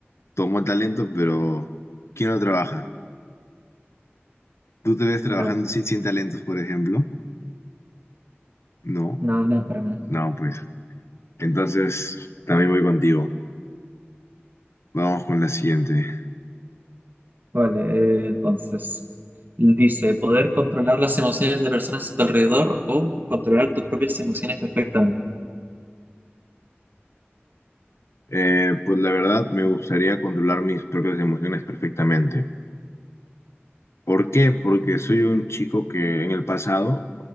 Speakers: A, on the left (about 85°); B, on the right (about 45°).
A: tomó talento, pero ¿quién no trabaja? ¿Tú te ves trabajando
B: Claro.
A: sin, sin talentos, por ejemplo? No,
B: No, no, para nada.
A: no, pues. Entonces, también voy contigo. Vamos con la siguiente.
B: Vale, eh, entonces. Dice, poder controlar las emociones de personas a tu alrededor o controlar tus propias emociones perfectamente.
A: Eh, pues la verdad, me gustaría controlar mis propias emociones perfectamente ¿Por qué? Porque soy un chico que en el pasado,